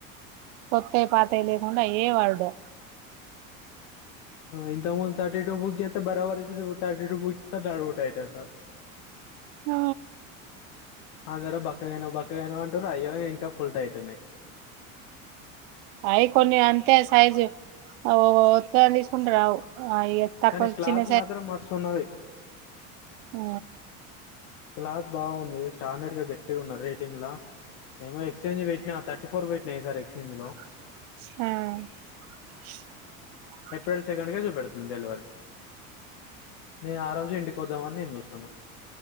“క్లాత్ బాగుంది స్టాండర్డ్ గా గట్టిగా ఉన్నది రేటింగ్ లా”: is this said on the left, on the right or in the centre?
Left